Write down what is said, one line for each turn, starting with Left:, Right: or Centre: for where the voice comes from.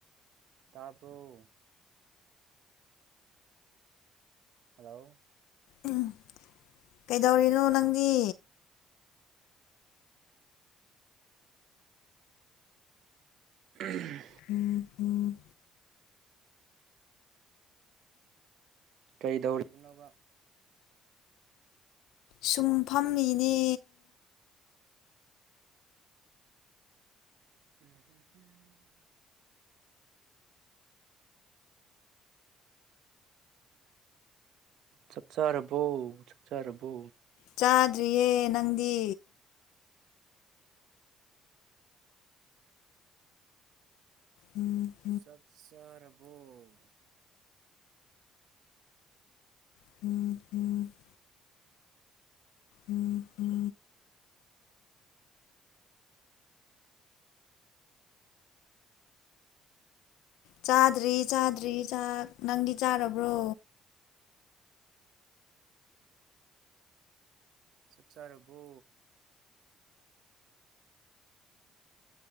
Right: ꯇꯥꯔꯕꯣ ꯍꯜꯂꯣ
Left: ꯎꯝ ꯀꯩꯗꯧꯔꯤꯅꯣ ꯅꯪꯗꯤ
Right: ꯎꯝ
Left: ꯎꯝ ꯎꯝ
Right: ꯀꯩꯗꯧꯔꯤꯅꯣꯕ
Left: ꯁꯨꯝ ꯐꯝꯃꯤꯅꯦ
Right: <inaudible> ꯆꯥꯛ ꯆꯥꯔꯕꯣ ꯆꯥꯛ ꯆꯥꯔꯕꯣ
Left: ꯆꯥꯗ꯭ꯔꯤꯌꯦ ꯅꯪꯗꯤ ꯎꯝ
Right: ꯆꯥꯛ ꯆꯥꯔꯕꫭ
Left: <inaudible> ꯎ <inaudible> ꯆꯥꯗ꯭ꯔꯤ ꯆꯥꯗ꯭ꯔꯤ ꯆꯥꯛ ꯅꯪꯗꯤ ꯆꯥꯔꯕ꯭ꯔꯣ
Right: ꯆꯥꯛ ꯆꯥꯔꯕꯣ